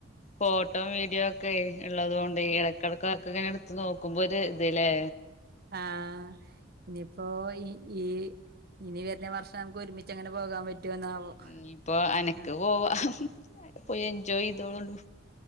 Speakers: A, on the left; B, on the right.
A: ഫോട്ടോ വീഡിയോ ക്കെ ഇള്ളത് കൊണ്ട് ഈ എടക്കിടക്കക്കെടുത്ത് നോക്കുമ്പോ ഒരു ഇത് ലേ
B: ആ ഇനിപ്പൊ ഈ ഈ ഇനി വെരുന്ന വർഷം നമുക്ക് ഒരുമിച്ചങ്ങനെ പോകാൻ പ... റ്റൂന്നാവോ
A: ഇനിയിപ്പോ അനക്ക്
B: ആ
A: പോവാ പോയി എൻജോയ് ചെയ്തോളൂ